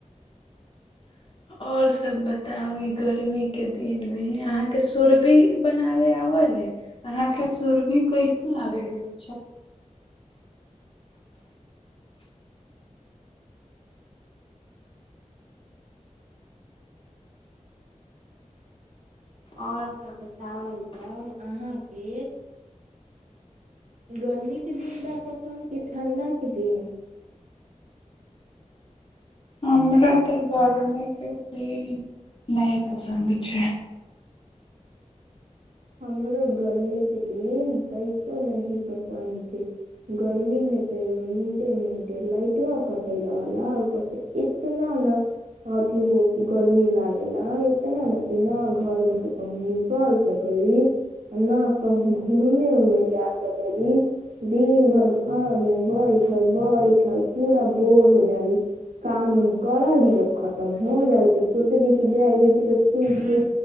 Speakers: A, on the left; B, on the right.
A: आओर सब बताउ ई गर्मी के दिन मे अहाँके सुरभी बनाबे आबले अहाँके सुरभी कैसन लागै छै
B: आओर
A: और सब
B: सभ बताओल
A: बताउ
B: जाउ अहाँके गर्मीके दिन बा पसन्द की ठण्डा के दिन
A: हमरा तऽ गर्मीके दिन नहि पसन्द छै
B: हमरो गर्मीके दिन कनिको नहि पसन्द छै गर्मी मे तऽ एगो मिनटे मिनटे लाइटबा कटे रहेला ऊपरसे इतना ने अथी हो गर्मी लागेला इतना ने ना घरमे सुत कहुँ निकल सक - -ली न कहूँ घूमे उमे जा सकली दिन भरि घर मे बैठल बैठल पूरा बोर हो जाली काम उम करली जब खतम हो जाली तऽ सोचली क जय बेटी के सुत के